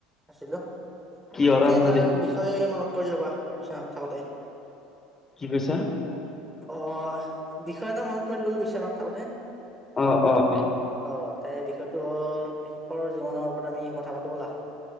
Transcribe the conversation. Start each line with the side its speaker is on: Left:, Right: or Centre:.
Centre: আছিলোঁ
Left: কিহৰ
Centre: তাকে
Left: আঞ্জা
Centre: এটা
Left: দি
Centre: বিষয় মনত পৰি ৰবা বিচনাত থাকোতে।
Left: কি কৈছা?
Centre: অ, বিষয় এটা মনত পৰিল বোলো বিচনাত থাকোতে।
Left: অ অ অ।
Centre: অ তাই বিষয়টো হ'ল কৃষকৰ জীৱনৰ ওপৰত আমি কথা পাতো বলা।